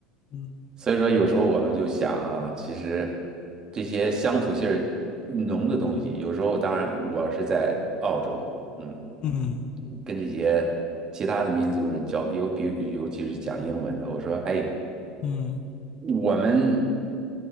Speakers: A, on the left; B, on the right.
A: 嗯
B: 所以说有时候我们就想啊，其实这些乡土性儿浓的东西，有时候当然我是在澳洲，嗯，
A: 嗯
B: 跟这些其他的民族人交，尤比尤其是讲英文的，我说，嘿。
A: 嗯，
B: 我们